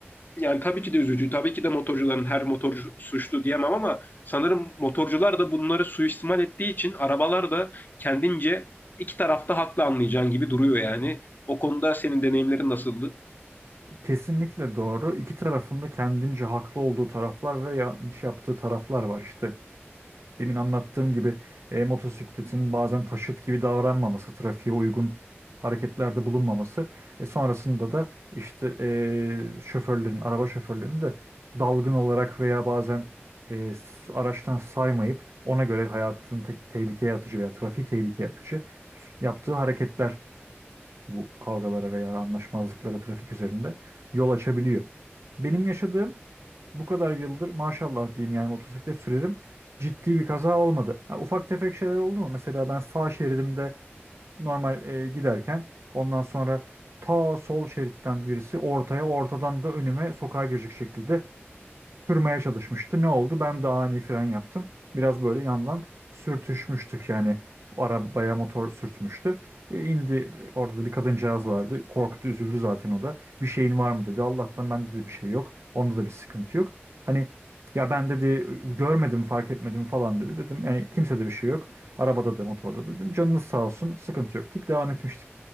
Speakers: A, on the left; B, on the right.
A: Yani tabii ki de üzücü. Tabii ki de motorcuların her motorcu suçlu diyemem ama sanırım motorcular da bunları suistimal ettiği için arabalar da kendince iki tarafta haklı anlayacağın gibi duruyor yani. O konuda senin deneyimlerin nasıldı?
B: Kesinlikle doğru. İki tarafında kendince haklı olduğu taraflar ve yanlış yaptığı taraflar var işte. Demin anlattığım gibi e, motosikletin bazen taşıt gibi davranmaması, trafiğe uygun hareketlerde bulunmaması, e, sonrasında da işte e, şoförlerin, araba şoförlerinin de dalgın olarak veya bazen e, s- araçtan saymayıp ona göre hayatını te- tehlikeye atıcı veya trafiği tehlikeye atıcı yaptığı hareketler bu kavgalara veya anlaşmazlıklara trafik üzerinde yol açabiliyor. Benim yaşadığım bu kadar yıldır maşallah diyeyim yani motosiklet sürerim ciddi bir kaza olmadı. Ha, ufak tefek şeyler oldu mu? Mesela ben sağ şeridimde normal e, giderken ondan sonra ta sol şeritten birisi ortaya ortadan da önüme sokağa girecek şekilde kırmaya çalışmıştı. Ne oldu? Ben de ani fren yaptım. Biraz böyle yandan sürtüşmüştük yani o arabaya motor sürtmüştü. E, indi orada da bir kadıncağız vardı. Korktu, üzüldü zaten o da. Bir şeyin var mı dedi. Allah'tan bende de bir şey yok. Onda da bir sıkıntı yok. Hani ya ben dedi görmedim, fark etmedim falan dedi. Dedim yani kimsede bir şey yok. Arabada da motorda da dedim. Canınız sağ olsun, sıkıntı yok deyip devam etmiştik.